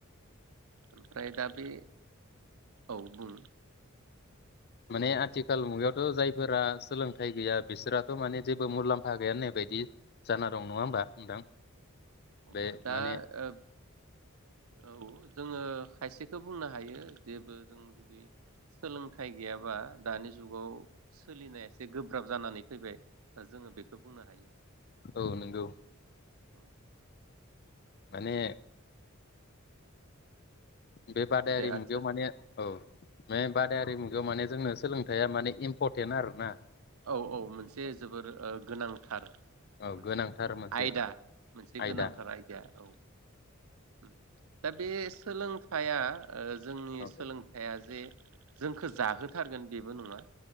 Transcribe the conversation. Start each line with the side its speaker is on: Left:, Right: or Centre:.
Right: ओमफ्राय दा बि औ बुं
Left: माने आथिखाल मुगायावथ' जायफोरा सोलोंथाइ गैया बिसोराथ' माने जेबो मुलाम्फा गैया होननाय बायदि जाना दं नङा होमबा नोंथां?
Right: अ
Left: बे
Right: दा
Left: माने
Right: ओब औ जोङो खायसेखौ बुंनो हायो जेबो जों जुदि सोलोंथाइ गैयाबा दानि जुग जुगाव सोलिनाया एसे गोब गोब्राब जानानै फैबाय ओ जोङो बेखौ बुंनो हायो
Left: औ नोंगौ।
Right: औ
Left: माने बे बादायारि
Right: दे आदसा
Left: मुगायाव माने औ बे बादायारि मुगायाव माने जोंनो सोलोंथाइया माने इमफ फरटेन आरोना।
Right: औ औ मोनसे
Left: औ
Right: जोबोर ओ गोनांथार
Left: औ
Right: मोनसे
Left: गोनांथार मोनसे
Right: आयदा मोनसे
Left: आयदा
Right: गोनांथार आयदा औ उम दा बे सोलोंथाइया ओ जोंनि
Left: औ
Right: सोलोंथाइया जे जोंखो जाहोथारगोन बेबो नङा